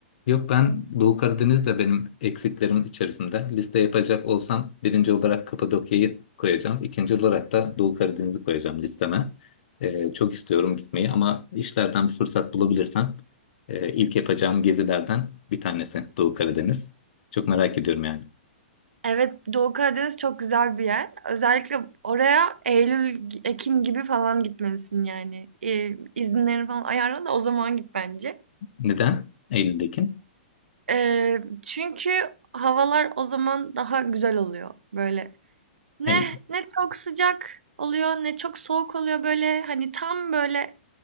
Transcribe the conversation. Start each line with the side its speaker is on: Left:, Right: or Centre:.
Left: Yok ben Doğu Karadeniz de benim eksiklerim içerisinde. Liste yapacak olsam birinci olarak Kapadokya'yı koyacağım. İkinci olarak da Doğu Karadeniz'i koyacağım listeme. Ee, çok istiyorum gitmeyi ama işlerden bir fırsat bulabilirsem e, ilk yapacağım gezilerden bir tanesi Doğu Karadeniz. Çok merak ediyorum yani.
Right: Evet, Doğu Karadeniz çok güzel bir yer. Özellikle oraya Eylül, Ekim gibi falan gitmelisin yani. Ee, izinlerini falan ayarla da o zaman git bence.
Left: Neden? Eylül, Ekim.
Right: Ee, çünkü havalar o zaman daha güzel oluyor böyle. Ne
Left: Hayır.
Right: ne çok sıcak oluyor ne çok soğuk oluyor böyle hani tam böyle